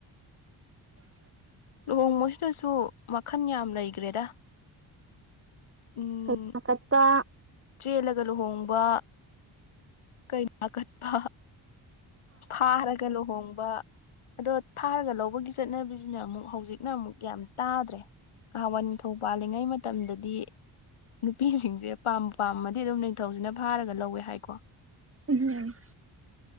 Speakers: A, on the right; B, on the left.
A: <inaudible>
B: ꯂꯨꯍꯣꯡꯕꯁꯤꯗꯁꯨ ꯃꯈꯟ ꯌꯥꯝ ꯂꯩꯈ꯭ꯔꯦꯗ ꯎꯝ
A: ꯀꯩꯅꯥ ꯀꯠꯄ
B: ꯆꯦꯜꯂꯒ ꯂꯨꯍꯣꯡꯕ ꯀꯩ ꯀꯩꯅꯥ ꯀꯠꯄ ꯐꯥꯔꯒ ꯂꯨꯍꯣꯡꯕ ꯑꯗꯣ ꯐꯥꯔꯒ ꯂꯧꯕꯒꯤ ꯆꯠꯅꯕꯤꯁꯤꯅ ꯑꯃꯨꯛ ꯍꯧꯖꯤꯛꯅ ꯑꯃꯨꯛ ꯌꯥꯝ ꯇꯥꯗ꯭ꯔꯦ ꯉꯍꯥꯟꯋꯥꯏ ꯅꯤꯡꯊꯧ ꯄꯥꯜꯂꯤꯉꯩ ꯃꯇꯝꯗꯗꯤ ꯅꯨꯄꯤꯁꯤꯡꯁꯦ ꯄꯥꯝ ꯄꯥꯝꯃꯗꯤ ꯑꯗꯨꯝ ꯅꯤꯡꯊꯧꯁꯤꯅ ꯐꯥꯔꯒ ꯂꯧꯋꯦ ꯍꯥꯏꯀꯣ
A: ꯎꯝ